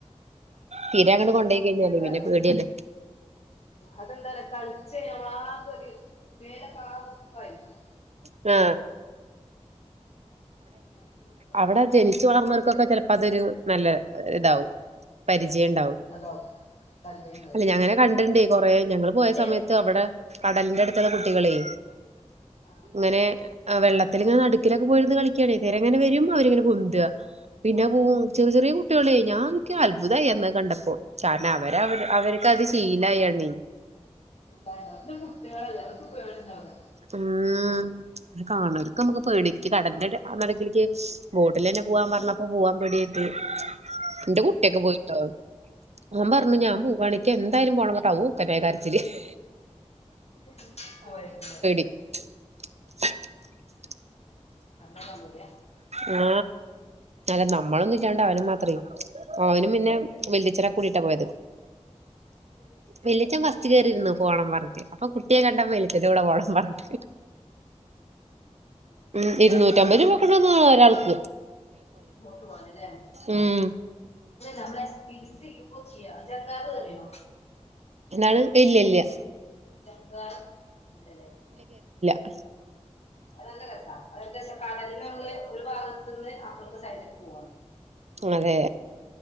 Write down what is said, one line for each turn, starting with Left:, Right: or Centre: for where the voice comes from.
Right: തിര അങ്ങട് കൊണ്ടോയി കഴിഞ്ഞാല്
Left: ഇപ്പൊ എന്താറിയോ
Right: പിന്നെ പേടിയല്ലേ
Left: അതെന്താറിയോ കളിച്ച് ഞമ്മള് ആകൊരു മേലോക്കാകെ പ്പായിരിക്കും.
Right: ആ
Left: അപ്പൊ പിന്നെ അയിന്റെ ഒരിത്ണ്ടാവും
Right: അവടെ ജനിച്ചു വളർന്നവർക്കൊ ചെലപ്പ അതൊരു നല്ല ഇതാവും പരി ജിണ്ടാവും
Left: അതാവും തല്ലേണ്ടാവും
Right: അല്ല ഞാങ്ങനെ കണ്ടിണ്ടെ. കുറേ ഞങ്ങള് പോയ
Left: ഛെ
Right: സമയത്ത് അവിടെ കടലിന്റെ അടു ചെല കുട്ടികളേ
Left: ആഹ്
Right: അങ്ങനെ ആ വെള്ളത്തിലിങ്ങനെ നടുക്കിലൊക്കെ പോയിര് കളിക്കാണെ അവര് എങ്ങനെ വരും അവരിങ്ങനെ പൊന്തുവ. പിന്നെ <unintelligible> ചെറിയ ചെറിയ കുട്ടികളെ ഞാൻ അത്ഭുതമായി അന്നത് കണ്ടപ്പോൾ അവർക്ക് അവര്ക്കത് ശീലായൊണ്ടേ.
Left: ചൂടായിണ്ടാവും <unintelligible>
Right: ഉം കാണോർക്ക് പേടിക്ക് <unintelligible> നട്ക്കിലേക്ക് വോട്ടിലന്നെ പൂവാൻ പറഞ്ഞപ്പോ പൂവാൻ പേടിയായിട്ട് എന്റെ കുട്ടിയൊക്കെ പോയിട്ടോ അവൻ പറഞ്ഞു
Left: ആഹ്
Right: ഞാപോവാണ്‌ എനിക്കെന്തായാലും പോണം പറഞ്ഞിട്ട് <unintelligible> കര <unintelligible>
Left: <inaudible>
Right: <inaudible>
Left: <inaudible>
Right: ആ അല്ല നമ്മളൊന്നു ഇല്ലാ ണ്ടവനെ മാത്രേ. ഓനും പിന്നെ
Left: അതെല്ലേ
Right: വെല്ലിച്ചനൊക്ക കൂടിട്ടാ പോയത്.
Left: അതെല്ലേ
Right: വെല്ല്യച്ചൻ വസ് റ്റ് കേറിരുന്നു പോണം പറഞ്ഞിട്ട് അപ്പ കുട്ട് എേ കണ്ടാ വെല്ലിച്ചന്റെ കൂടെ പോണന്ന് പറഞ്ഞിട്ട്
Left: ഏഹ്
Right: ഉം ഇരുന്നൂറ്റമ്പത് രൂവ ഒരാൾക്ക്
Left: ബോട്ട് പോവന് ല്ലേ
Right: ഉം
Left: നമ്മടെ <unintelligible> വിഡിയോസ് ചെയ്യുമ്പോ ചെയ്യ ജംഗാറ് കേറിണോ
Right: എന്താണ് ഇല്ല്യ ഇല്ല്യ
Left: ജംഗാർ ഇല്ലല്ലേ
Right: അ
Left: അത് നല്ല രസാ ഏകദേശം കടൽന്ന് നമ്മള് ഒരു ഭാഗത്ത്ന്ന് അപ്പുറ ഒരു സൈഡിലേക്ക് പോവാ
Right: അതെ